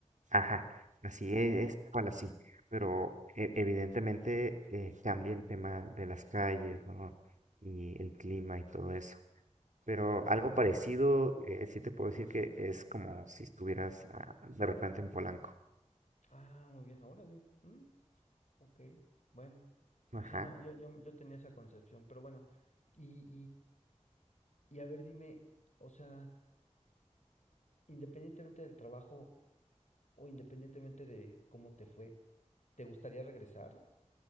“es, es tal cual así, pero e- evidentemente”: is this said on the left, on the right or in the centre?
Right